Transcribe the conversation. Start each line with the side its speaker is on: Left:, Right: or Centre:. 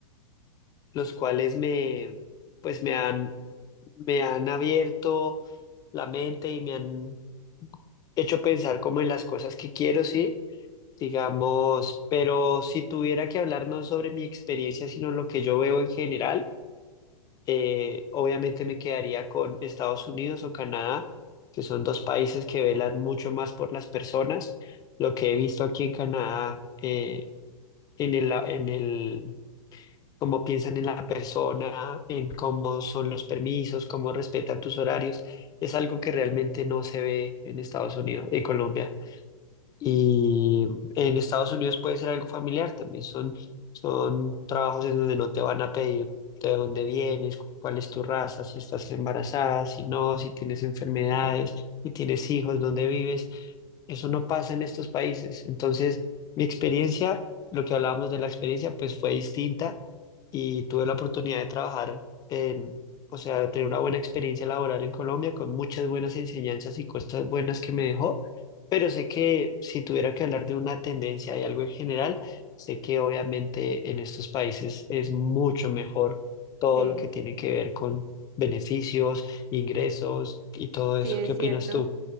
Left: los cuales me, pues me han, me han abierto la mente y me han hecho pensar como en las cosas que quiero, sí digamos, pero si tuviera que hablar no sobre mi experiencia, sino lo que yo veo en general, eh, obviamente me quedaría con Estados Unidos o Canadá, que son dos países que velan mucho más por las personas. Lo que he visto aquí en Canadá, eh, en el, en el, cómo piensan en la persona, en cómo son los permisos, cómo respetan tus horarios, es algo que realmente no se ve en Estados Unidos, en Colombia. Y en Estados Unidos puede ser algo familiar también. Son, son trabajos en donde no te van a pedir de dónde vienes, cuál es tu raza, si estás embarazada, si no, si tienes enfermedades,
Right: Sí,
Left: si tienes hijos, dónde vives. Eso no pasa en estos países. Entonces, mi experiencia, lo que hablábamos de la experiencia, pues fue distinta y tuve la oportunidad de trabajar en, o sea, de tener una buena experiencia laboral en Colombia con muchas buenas enseñanzas y cosas buenas que me dejó, pero sé que si tuviera que hablar de una tendencia y algo en general, sé que obviamente en estos países es mucho mejor todo
Right: sí,
Left: lo que tiene que ver con beneficios, ingresos y todo
Right: sí,
Left: eso.
Right: es
Left: ¿Qué opinas
Right: cierto.
Left: tú?